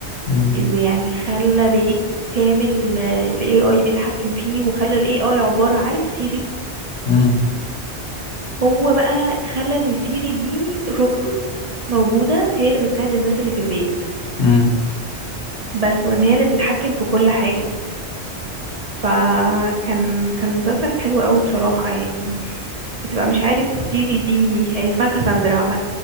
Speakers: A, on the left (about 80°); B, on the right (about 40°).
A: مم.
B: إذا يعني خلى بيت كامل آه، ال AI بيتحكم فيه وخلى ال AI عبارة عارف سيري
A: مم.
B: هو بقى خلى ان سيري دي روبوت موجودة هي اللي بتساعد الناس اللي في البيت
A: مم.
B: بس وان هي اللي بتتحكم في كل حاجة فكان كان مسلسل حلو قوي بصراحة يعني بتبقى مش عارف سيري دي هي اسمها كاساندرا عامة